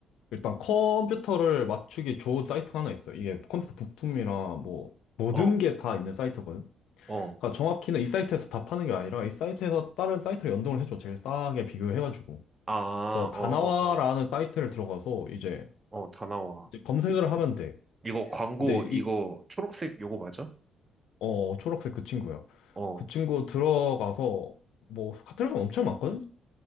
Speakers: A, on the left (about 80°); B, on the right (about 30°).
A: 일단 컴퓨터를 맞추기 좋은 사이트가 하나 있어. 이게 컴퓨터 부품이랑 뭐, 모든
B: 어,
A: 게 다 있는 사이트거든.
B: 어.
A: 그러니까 정확히는 이 사이트에서 다 파는 게 아니라 이 사이트에서 다른 사이트를 연동을 해줘. 제일 싸게 비교해가지고.
B: 아, 어,
A: 그래서
B: 어,
A: 다나와라는
B: 어.
A: 사이트를 들어가서 이제
B: 어, 다 나와.
A: 이제 검색을 하면 돼.
B: 이거 광고,
A: 근데
B: 이거
A: 이,
B: 초록색 요거 맞아?
A: 어, 초록색 그 친구야.
B: 어,
A: 그 친구 들어가서 뭐 카테고리가 엄청 많거든?